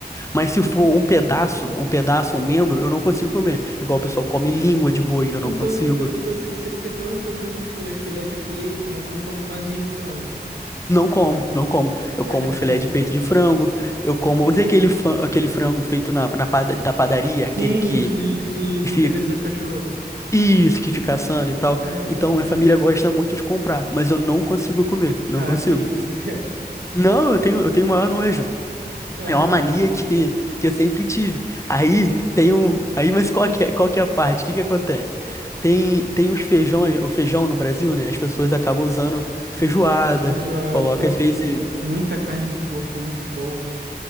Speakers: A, on the left (about 15°); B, on the right (about 75°).
A: Mas se for um pedaço, um pedaço, um membro, eu não consigo comer. Igual o pessoal come língua de boi, eu
B: então,
A: não consigo.
B: então, então você você- você come, por exemplo, fi- eh, filé de peito, mas você não come uma asinha de frango.
A: Não como, não como. Eu
B: <laughs> Caralho.
A: como filé de peito de frango. Eu como. Não tem aquele, fran- aquele frango feito na, na pada- da padaria, aquele
B: Sim,
A: que,
B: de,
A: que
B: de
A: fica.
B: televisão de cachorro.
A: Isso, que fica assando e tal.
B: Aham,
A: Então,
B: aham.
A: minha família gosta muito de comprar, mas eu não consigo comer. Não
B: Ah,
A: consigo.
B: que isso, cara.
A: Não, eu tenho, eu tenho o maior nojo.
B: <laughs>
A: É uma mania que, que eu sempre tive. Aí tem um. Aí, mas qual que é, qual que é a parte? O que que acontece? Tem, tem os feijões, o feijão no Brasil, né? As pessoas acabam usando feijoada,
B: Feijoada,
A: coloca
B: pô,
A: às vezes.
B: com muita carne de porco, muito bom.